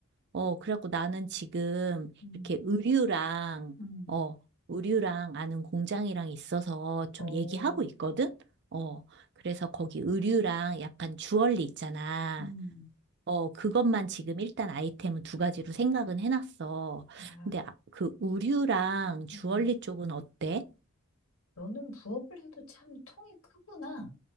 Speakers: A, on the right; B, on the left.
A: 어, 그래갖고 나는 지금
B: 음,
A: 이렇게 의류랑,
B: 음,
A: 어, 의류랑 아는 공장이랑 있어서 좀
B: 어,
A: 얘기하고 있거든? 어, 그래서 거기 의류랑 약간 주얼리 있잖아.
B: 음,
A: 어, 그것만 지금 일단 아이템은 두 가지로 생각은 해놨어.
B: 야,
A: 근데 아, 그 의류랑 주얼리
B: 음.
A: 쪽은 어때?
B: 너는 부업을 해도 참 통이 크구나.